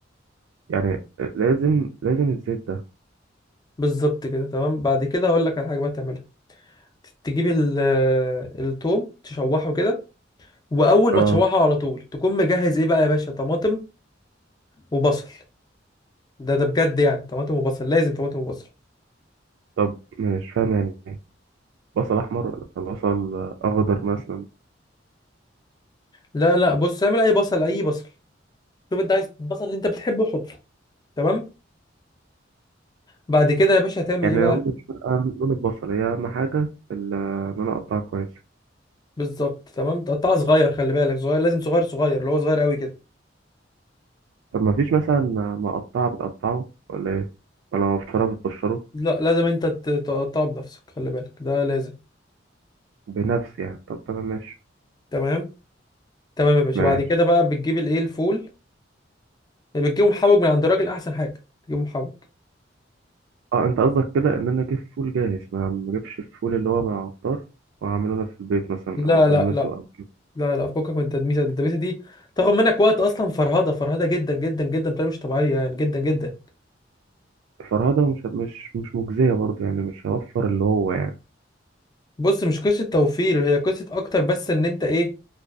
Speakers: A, on the right; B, on the left.
A: يعني لازم لازم الزيت ده
B: بالظبط كده تمام بعد كده هقولك على حاجه بقى تعملها ت- تجيب ال- التوم تشوحه كده واول
A: اه
B: ما تشوحه على طول تكون مجهز ايه بقى يا باشا طماطم وبصل ده ده بجد يعني طماطم وبصل لازم طماطم وبصل
A: طب مش فاهم يعني إيه؟ بصل أحمر ولا بصل أخضر مثلا
B: لا لا بص اعمل اي بصل اي بصل شوف انت عايز البصل اللي انت بتحبه حطه تمام بعد كده يا باشا هتعمل
A: يعني
B: ايه بقى
A: لو مش فارقة لون البصل هي أهم حاجة ال- إن أنا أقطعه كويس
B: بالظبط تمام تقطعها صغير خلي بالك صغير لازم صغير صغير اللي هو صغير قوي كده
A: طب ما فيش مثلا مقطعة بتقطعه ولا إيه ولا مبشرة بتبشره
B: لا لازم انت ت- تقطعه بنفسك خلي بالك ده لازم
A: بنفس يعني طب تمام ماشي
B: تمام تمام يا باشا
A: ماشي
B: بعد كده بقى بتجيب الايه الفول بتجيبه محوج من عند الراجل احسن حاجه تجيبه محوج
A: اه انت قصدك كده ان انا اجيب فول جاهز ما ما اجيبش الفول اللي هو من العطار واعمله انا في البيت مثلا
B: لا
A: او ادمسه
B: لا لا
A: او أجيبه.
B: لا لا فكك من التدميسه دي التدميسه دي تاخد منك وقت اصلا فرهده فرهده جدا جدا جدا بطريقه مش طبيعيه يعني جدا جدا
A: فرهده مش مش مش مجزيه برضه يعني مش هوفر اللي هو يعني
B: بص مش قصه توفير هي قصه اكتر بس ان انت ايه